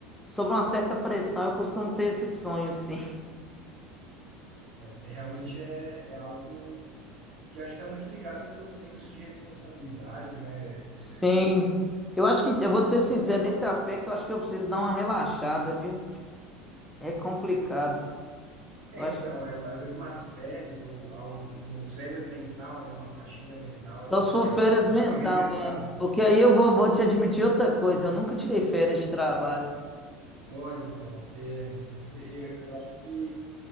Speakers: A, in the centre; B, on the right.
A: sob uma certa pressão, eu costumo ter esses sonhos, sim.
B: Realmente é, é algo que acho que está muito ligado ao teu senso de responsabilidade, né?
A: Sim. Eu acho que, eu vou te ser sincero, nesse aspecto eu acho que eu preciso dar uma relaxada, viu? É complicado.
B: É,
A: Eu acho
B: então, é às vezes umas férias ou algo, umas férias mental, né? Uma faxina mental
A: Só se for
B: para
A: férias
B: dar
A: mental
B: uma resetada.
A: mesmo. Porque aí eu vou, vou te admitir outra coisa. Eu nunca tirei férias de trabalho.
B: Olha só, é, isso- é, eu acho que